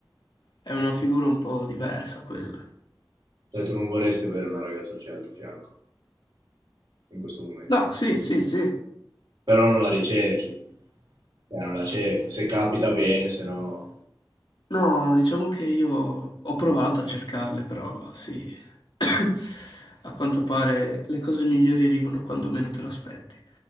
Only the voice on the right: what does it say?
cioè, tu non vorresti avere una ragazza fi- al tuo fianco in questo momento.
Però non la ricerchi, cioè, non la cerchi. Se capita bene, se no...